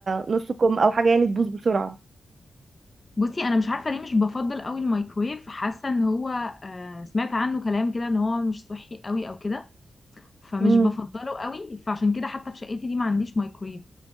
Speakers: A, on the right; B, on the left.
A: نص كم او حاجة يعني تبوظ بسرعة
B: بصي انا مش عارفه ليه مش بفضل قوي الميكرويف حاسه ان هو آه، سمعت عنه كلام كده ان هو مش صحي قوي او كده فمش
A: امم
B: بفضله قوي فعشان كده حتى في شقتي دي ما عنديش مايكرويف